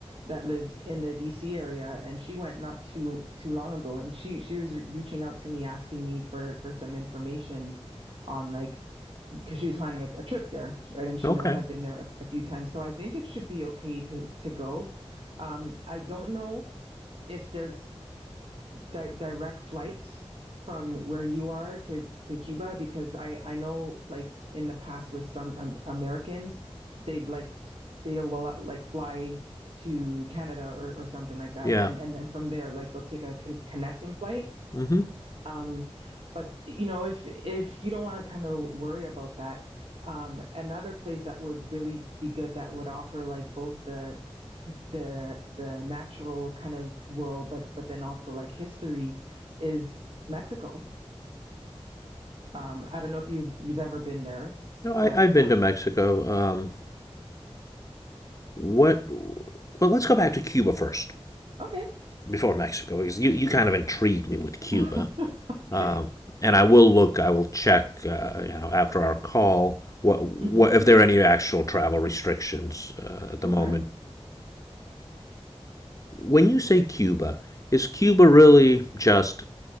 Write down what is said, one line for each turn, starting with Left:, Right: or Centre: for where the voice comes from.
Right: that lives in the DC area and she went not too too long ago and she, she was re- reaching out to me asking me for, for some information on like because she was planning a, a trip there, right? And she
Left: Okay.
Right: knows I've been there a, a few times. So I think it should be okay to, to go. Um, I don't know if there's di- direct flights from where you are to to Cuba? Because I I know like in the past with some um, Americans, they've like they will uh, like fly to Canada or, or something like that,
Left: Yeah.
Right: and and then from there like they'll take a con- connecting flight.
Left: Mm-hmm.
Right: Um, but you know if if you don't want to kind of worry about that, um, another place that would really be good that would offer like both the the the natural kind of world, but but then also like history is Mexico. Um, I don't know if you've you've ever been there,
Left: No,
Right: but
Left: I, I've been
Right: um,
Left: to Mexico. Um, What? Well, let's go back to Cuba first
Right: okay,
Left: before Mexico because you, you kind of intrigued me with Cuba.
Right: <laughs> okay,
Left: Um, and I will look. I will check. Uh, you know, after our call, what what
Right: hmm
Left: if there are any actual travel restrictions uh, at
Right: okay,
Left: the moment? When you say Cuba, is Cuba really just